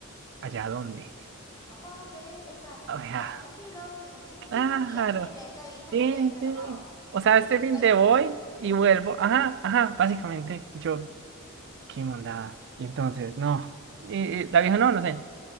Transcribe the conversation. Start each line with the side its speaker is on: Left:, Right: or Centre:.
Right: ¿allá dónde?
Left: a Japón, ve, o sea,
Right: O sea,
Left: tú vas tranquilo, tienes tu cosita
Right: claro,
Left: y haces el extra ahí como
Right: sí,
Left: que relajado.
Right: sí.
Left: <laughs>
Right: O
Left: Eso
Right: sea,
Left: es
Right: este
Left: lo que te
Right: fin
Left: está
Right: de
Left: diciendo.
Right: voy y vuelvo, ajá, ajá, básicamente. Y Yo, qué mondada. Y entonces, no. Y, y la vieja, no, no sé.